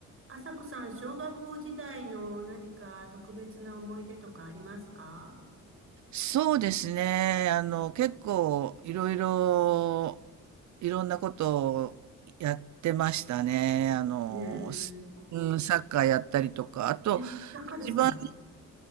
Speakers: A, on the right (about 45°); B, on the right (about 70°).
A: 朝子さん、小学校時代の何か特別な思い出とかありますか
B: そうですね。あの、結構いろいろ、いろんなことをやってましたね。あの、
A: えー、
B: すうん、サッカーやったりとか。あと、
A: え、なんかですか
B: 一番